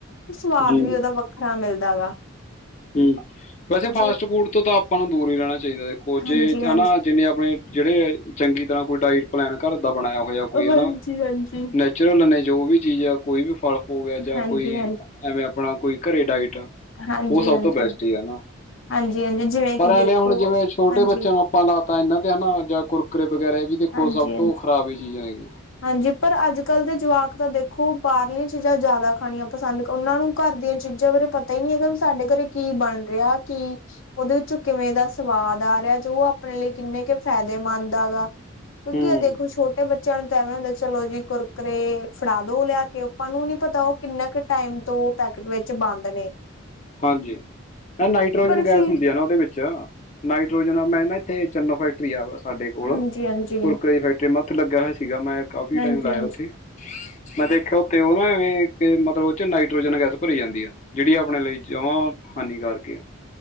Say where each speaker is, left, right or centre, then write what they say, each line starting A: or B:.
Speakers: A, on the left (about 75°); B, on the left (about 35°).
A: ਤੇ ਸਵਾਦ
B: ਜੀ
A: ਵੀ ਉਹਦਾ ਵੱਖਰਾ ਮਿਲਦਾ ਵਾ।
B: ਹੂੰ ਵੈਸੇ
A: ਜੀ
B: ਫਾਸਟ ਫੂਡ ਤੋਂ ਤਾਂ ਆਪਾਂ ਨੂੰ ਦੂਰ ਹੀ ਰਹਿਣਾ ਚਾਹੀਦਾ ਦੇਖੋ
A: ਹਾਂਜੀ
B: ਜੇ
A: ਹਾਂਜੀ
B: ਹਨਾ। ਜਿੰਨੇ ਆਪਣੇ ਜਿਹੜੇ ਚੰਗੀ ਤਰ੍ਹਾਂ ਕੋਈ ਡਾਇਟ ਪਲੈਨ ਘਰ ਦਾ ਬਣਾਇਆ ਹੋਇਆ ਕੋਈ
A: ਹਾਂਜੀ
B: ਹਨਾ।
A: ਹਾਂਜੀ
B: ਨੈਚੁਰਲ ਨੇ ਜੋ ਵੀ ਚੀਜ਼ ਆ ਜਾਂ ਕੋਈ ਵੀ ਫ਼ਲ ਹੋ ਗਿਆ ਜਾਂ
A: ਹਾਂਜੀ
B: ਕੋਈ
A: ਹਾਂਜੀ
B: ਐਵੇਂ। ਬਣਾ ਕੋਈ ਘਰੇ ਡਾਇਟ।
A: ਹਾਂਜੀ
B: ਉਹ ਸਭ
A: ਹਾਂਜੀ
B: ਤੋਂ ਬੈਸਟ ਹੀ ਆ ਨਾ,
A: ਹਾਂਜੀ ਹਾਂਜੀ ਜਿਵੇਂ
B: ਪਰ
A: ਕਿ
B: ਐਵੇਂ
A: ਦੇਖੋ
B: ਹੁਣ ਜਿਵੇਂ ਛੋਟੇ
A: ਹਾਂਜੀ
B: ਬੱਚਿਆਂ ਨੂੰ। ਆਪਾਂ ਲਾ ਤਾਂ ਇਹਨਾਂ ਤੇ ਹਨਾ ਜਾਂ ਕੁਰਕਰੇ ਵਗੈਰਾ ਵੀ ਦੇਖੋ
A: ਹਾਂਜੀ
B: ਸਭ
A: ਹਾਂਜੀ
B: ਤੋਂ ਖ਼ਰਾਬ ਹੀ ਚੀਜ਼ ਨੇ ਗੇ।
A: ਹਾਂਜੀ ਪਰ ਅੱਜ ਕੱਲ੍ਹ ਦੇ ਜਵਾਕ ਤਾਂ ਦੇਖੋ ਬਾਹਰਲੀਆਂ ਚੀਜ਼ਾਂ ਜ਼ਿਆਦਾ ਖਾਣੀਆਂ ਪਸੰਦ ਉਹਨਾਂ ਨੂੰ। ਘਰ ਦੀਆਂ ਚੀਜ਼ਾਂ ਬਾਰੇ ਪਤਾ ਹੀ ਨਹੀਂ ਹੈਗਾ ਵੀ ਸਾਡੇ ਘਰੇ ਕੀ ਬਣ ਰਿਹਾ ਕੀ। ਉਹਦੇ ਵਿੱਚੋਂ ਕਿਵੇਂ ਦਾ ਸਵਾਦ ਆ ਰਿਹਾ ਜੋ ਉਹ ਆਪਣੇ ਲਈ ਕਿੰਨੇ ਕੁ ਫਾਇਦੇਮੰਦ ਆ ਗਾ। ਕਿਉਂਕਿ
B: ਹੂੰ
A: ਇਹ ਦੇਖੋ। ਛੋਟੇ ਬੱਚਿਆਂ ਨੂੰ ਤਾਂ ਐਵੇਂ ਹੁੰਦਾ ਚਲੋ ਜੀ ਕੁਰਕਰੇ ਫੜਾ ਦੋ ਲਿਆ ਕੇ ਆਪਾਂ ਨੂੰ ਨੀ ਪਤਾ ਉਹ। ਕਿੰਨਾ ਕੁ ਟਾਈਮ ਤੋਂ ਉਹ ਪੈਕਟ ਵਿੱਚ ਬੰਦ ਨੇ।
B: ਹਾਂਜੀ ਇਹ ਨਾਈਟ੍ਰੋਜਨ
A: ਪਰ
B: ਗੈਸ
A: ਫਿਰ
B: ਹੁੰਦੀ ਆ ਨਾ ਉਹਦੇ ਵਿੱਚ। ਨਾਈਟ੍ਰੋਜਨ ਮੈਂ ਨਾ ਇੱਥੇ ਚੰਨੋ ਫੈਕਟਰੀ ਆਂ ਸਾਡੇ ਕੋਲ
A: ਹਾਂਜੀ ਹਾਂਜੀ
B: ਕੁਰਕਰੇ ਦੀ ਫੈਕਟਰੀ। ਉੱਥੇ ਲੱਗਿਆ ਹੋਇਆ ਸੀਗਾ ਮੈਂ ਕਾਫ਼ੀ
A: ਹਾਂਜੀ
B: ਟਾਈਮ ਲਾਇਆ
A: ਹਾਂਜੀ
B: ਉੱਥੇ। ਮੈਂ ਦੇਖਿਆ ਉੱਥੇ ਉਹ ਨਾ ਐਵੇਂ ਮਤਲਬ ਉਹ 'ਚ ਨਾਈਟ੍ਰੋਜਨ ਗੈਸ ਭਰੀ ਜਾਂਦੀ ਆਂ। ਜਿਹੜੀ ਆਪਣੇ ਲਈ ਜਮਾਂ ਹਾਨੀਕਾਰਕ ਆਂ।